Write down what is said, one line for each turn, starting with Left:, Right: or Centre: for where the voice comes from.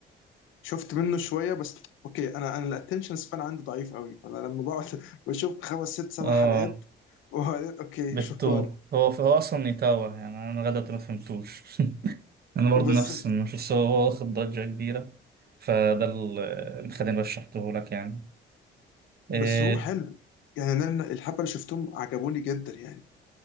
Left: شفت منه شويه بس اوكي انا انا الاتنشن سبان عندي ضعيف قوي فانا لما بقعد <laughs> بشوف خمس ست سبع
Right: اه
Left: حلقات وبعدين اوكي
Right: بتو
Left: شكرا
Right: هو هو أصلا نيتاوا يعني أنا لغاية دلوقتي ما فهمتوش <laughs> أنا برضه
Left: <laughs> بس
Right: نفس مش بس هو هو واخد ضجة كبيرة فده ال- اللي خليني رشحته لك يعني
Left: بس
Right: آه،
Left: هو حلو يعني انا الحبه اللي شفتهم عجبوني جدا يعني